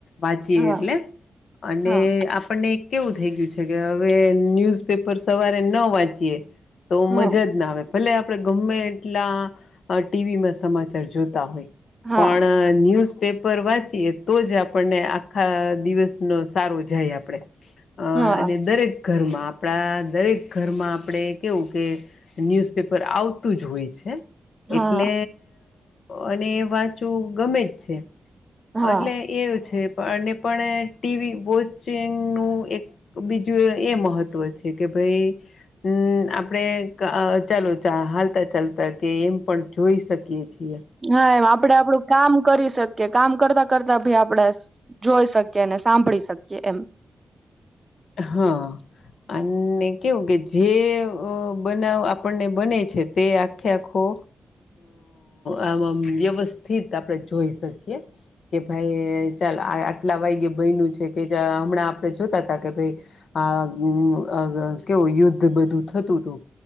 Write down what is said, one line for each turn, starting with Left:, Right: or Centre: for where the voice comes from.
Left: વાંચીએ
Right: હા
Left: એટલે અને
Right: હા
Left: આપણને કેવું થઈ ગયું છે કે હવે ન્યુઝપેપર સવારે ન વાંચી તો મજા
Right: હા
Left: જ ના આવે. ભલે આપણે ગમે એટલા ટીવીમાં સમાચાર જોતા હોય
Right: હા
Left: પણ ન્યૂઝ પેપર વાંચીએ તો જ આપણને આખા દિવસ નો સારો જાય આપડે. અ
Right: હા
Left: અને દરેક ઘરમાં આપણા દરેક ઘરમાં આપણે કેવું કે ન્યૂઝપેપર આવતું જ હોય છે.
Right: હા
Left: એટલે અને એ વાચું ગમે જ છે.
Right: હા
Left: એટલે એવું છે પણ ટીવી વોચિંગ નું એક બીજું એ મહત્વ છે કે ભાઈ હમ આપણે ચાલો ચ ચાલતા ચાલતા ત કે એમ પણ જોઈ શકીએ છીએ.
Right: હા એમ આપડે આપડું કામ કરી શકીએ કામ કરતા કરતા ભી આપડા જોઈ શકીએ અને સાંભળી શકીએ એમ.
Left: હા. અને કેવું કે જે બનાવ આપણને બને છે તે આખે આખો આ વ્યવસ્થિત આપણે જોઈ શકીએ કે ભાઈ ચાલ આ આટલા વાય્ય ભયનું છે કે હમણાં આપડે જોતા હતા કે ભાઈ આ કેવું યુદ્ધ બધું થતું હતું.